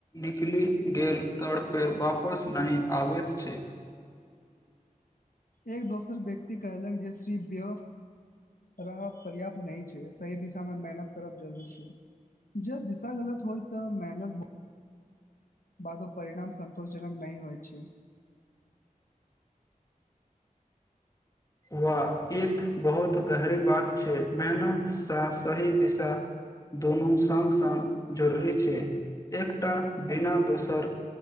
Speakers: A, on the left; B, on the left.
A: निकलि गेल तर पेर वापस नहि आबैत छै
B: एक दोसर व्यक्ति कहलक जे श्री व्यव रहब पर्याप्त नहि छै सही दिशा मे मेहनत करब जरूरी छै जे दिशा गलत होय तऽ मेहनत बहु बादो परिणाम संतोषजनक नहि होइ छै
A: वा ई त बहुत गहरी बात छै मेहनतसँ सही दिशा दुनू संग संग जरूरी छै एकटा बिना दोसर